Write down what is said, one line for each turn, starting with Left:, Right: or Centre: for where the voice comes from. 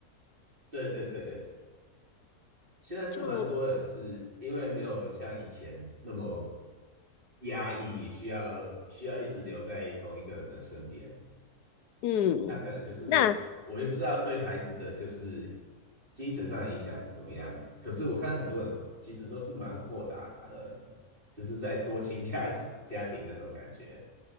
Right: 对对对，现在是蛮多人是因为没有像以前那么
Left: 就
Right: 压抑，需要需要一直留在同一个人的身边。
Left: 嗯，
Right: 那可能就是我也不知道对孩子的就是
Left: 那
Right: 精神上的影响是怎么样。可是我看很多人其实都是蛮豁达的，就是在多亲家子家庭那种感觉。